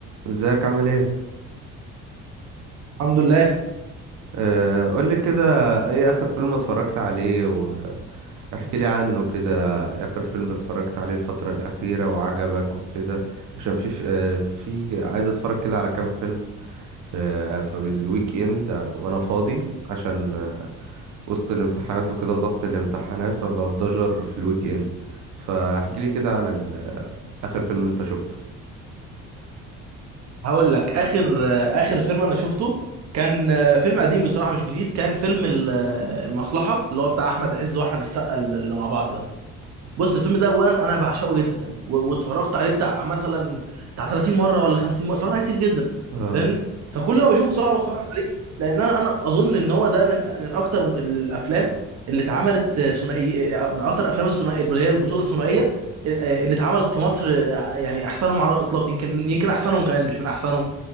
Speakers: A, on the right; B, on the right.
A: ازيك عامل ايه
B: الحمد لله
A: آه، قولي كده ايه اخر فيلم اتفرجت عليه واحكي لي عنه كده اخر فيلم اتفرجت عليه الفترة الأخيرة وعجبك وكده عشان في في آه، في- عايز اتفرج كده على كام فيلم في في الويك اند وانا فاضي عشان آه، وسط الامتحانات وكده وضغط الامتحانات ما بفضاش غير في الويك اند فاحكي لي كده عن ال- آخر فيلم انت شفته
B: هقول لك اخر اخر فيلم انا شفته كان آه، فيلم قديم بصراحه مش جديد كان فيلم ال- آه، المصلحه اللي هو بتاع احمد عز واحمد السقا اللي مع بعض ده بص الفيلم ده اولا انا بعشقه جدا و- واتفرجت عليه بتاع مثلا بتاع 30 مره ولا 50 مره اتفرجت عليه كتير جدا
A: اه
B: فاهمني فكل ما بشوفه بصراحه بتفرج عليه لان انا انا اظن ان هو ده من من اكتر الافلام اللي اتعملت ثنائي من اكتر الافلام الثنائيه اللي هي البطوله الثنائيه آه، اللي اتعملت في مصر آه، يعني احسنهم على الاطلاق يمكن يمكن احسنهم كمان مش من احسنهم